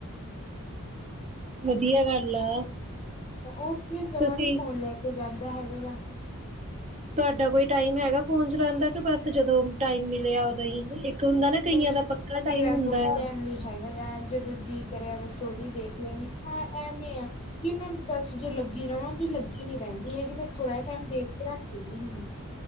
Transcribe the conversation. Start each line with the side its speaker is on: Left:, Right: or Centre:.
Right: ਵਧੀਆ ਗੱਲ ਆ।
Left: ਉੱਥੇ ਜਮਾਂ
Right: ਤੁਸੀਂ
Left: ਨੀ ਫੋਨ ਲੈ ਕੇ ਜਾਂਦਾ ਹੈਗਾਗਾ।
Right: ਤਾਡਾ ਕੋਈ ਟਾਈਮ ਹੈਗਾ ਫੋਨ ਚਲਾਣ ਦਾ ਕਿ ਬਸ ਜਦੋਂ ਟਾਈਮ ਮਿਲਿਆ ਉਦੋਂ ਈ ਕਈ ਹੁੰਦਾ ਨਾ ਕਈਆਂ
Left: ਨਹੀਂ
Right: ਦਾ ਪੱਕਾ
Left: ਮੇਰਾ
Right: ਟਾਈਮ ਹੁੰਦਾ
Left: ਕੋਈ ਟਾਈਮ
Right: ਆ।
Left: ਨਹੀਂ ਹੈਗਾ ਜਦੋਂ ਜੀਅ ਕਰਿਆ ਬਸ ਓਦੋਂ ਈ ਦੇਖ ਲੈਂਣੇ, ਏ ਐਵੇਂ ਆ ਕਿ ਮੈਂ ਬਸ ਜੇ ਲੱਗੀ ਰਵਾਂ ਲੱਗੀ ਨੀਂ ਰੈਂਦੀ ਹੈਗੀ, ਬਸ ਥੋੜਾ ਟੈਮ ਦੇਖ ਕੇ ਰੱਖ ਦੇਣੀ ਹੁਣੀ।